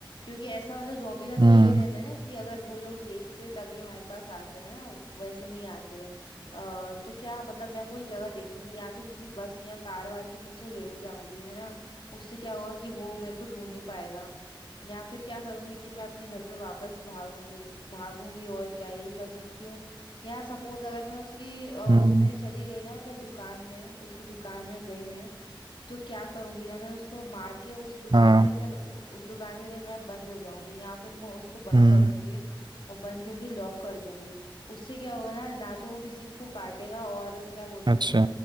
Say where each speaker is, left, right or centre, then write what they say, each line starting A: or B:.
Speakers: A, on the left (about 70°); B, on the right (about 60°).
A: क्योंकि ऐसा मतलब जोम्बी का तो
B: हम्म
A: यही रहता है ना कि अगर वो लोग देखते तभी हमारे पास आते हैं ना वैसे नहीं आते हैं अ, तो क्या मतलब मैं कोई जगह देखूंगी या तो किसी बस या कार वार के नीचे लेट जाऊंगी है ना उससे क्या होगा कि वो मेरे को ढूंढ नहीं पाएगा या फिर क्या करूंगी कि मैं अपने घर पे वापस भागूंगी भागूंगी और क्या यही कर सकती हूँ या सपोज अगर मैं उसकी अ,
B: हम्म,
A: उसमें चली गई ना मतलब दुकान में उसकी दुकान में गई मैं तो क्या करूंगी ना मैं उसको मार के उस दुकान
B: हाँ
A: के अंदर उ- उस दुकान के अंदर मैं बंद हो जाऊंगी या फिर मैं उसको बंद
B: हम्म
A: कर दूंगी और बंद करके लॉक कर दूंगी उससे क्या होगा ना ना तो वो किसी को काटेगा और क्या बोलते
B: अच्छा
A: हैं